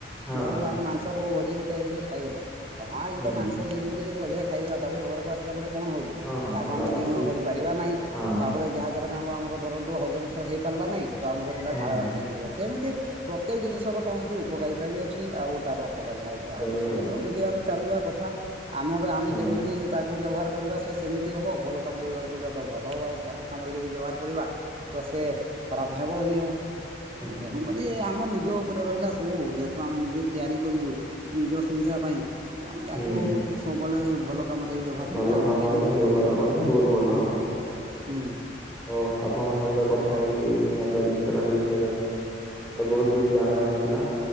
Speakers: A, on the left; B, on the right.
A: ହଁ
B: ଧରନ୍ତୁ ଆମେ ମାଂସ କୋଉ ଭୋଜି ଗୋଟେ ହେଇ ଖାଇଦେଲେ। ହଁ ଆଏ
A: ହୁଁ
B: ତ ମାଂସ ଦେଇ ବୋଲି ଯଦି ଅଧିକ ଖାଇଦାବା ତାପରେ ଘରକୁ ଆସିଲା ପରେ କଣ ହଉଛି
A: ହଁ
B: ତାକୁ
A: ଝାଡା
B: ଆମେ
A: ବାନ୍ତି
B: ଜୀର୍ଣ୍ଣ କରିପାରିବା ନାହିଁ।
A: ହଁ
B: ତାପରେ ଯାହା ଦ୍ଵାରା ଆ-ଆମର ଧରନ୍ତୁ ହଜମସ ହେଇପାରିଲା ନାହିଁ। ଆମକୁ ସେଇଟା
A: ହୁଁ
B: ଝାଡା ବାନ୍ତିରେ ହେଇଯିବ। ସେମିତି ପ୍ରତ୍ୟେକ ଜିନିଷର କୌଣସି ଉପକାରିତା ବି ଅଛି ଆଉ ତାର ଅପକାରିତା ଅଛି। ଆଉ
A: ବି
B: ସେଇଟା
A: ହଉଛି
B: ନେଜେ ଆମେ ଚାଲିବା କଥା ଆମର ଆମେ
A: ହଁ
B: ଯେମିତି ତା କକୁ ବ୍ୟବହାର କରିବା ସେ ସେମିତି ହେବ। ଭଲ କାମରେ ବ୍ୟବହାର କରିବା ତ ଭଲ ହେବ। ଆଉ ଖରାପ କାମରେ ଯଦି ବ୍ୟବହାର କରିବା ତ ସେ ଖରାପ ହେବ ହିଁ।
A: ହୁଁ
B: ତେଣୁକରି ଆମ ନିଜ ଉପରେ ରହିଲା ସବୁ ଯେହେତୁ ଆମେ ନିଜେ ତିଆରି କରିଛୁ ନିଜ ସୁବିଧା ପାଇଁ। ତ ଆମେ
A: ହୁଁ
B: ତ ଆଗୋ ସବୁବେଳେ ଭଲ ତମର ଏଇ ବ୍ୟବହାର
A: ଭଲ
B: କଲେ ଆମ
A: କାମରେ
B: ପାଇଁ ବି
A: ହିଁ
B: ଭଲ
A: ବ୍ୟବହାର କଲେ ବହୁତ ଭଲ ହବ।
B: ହୁଁ।
A: ହଉ ଆପଣଙ୍କ ସହିତ କଥା ହେଇକି ମୋବାଇଲ ଇଣ୍ଟରନେଟ୍ ବିଷୟରେ ସବୁ ବହୁତ କିଛି ଜାଣିବାକୁ ମିଳିଲା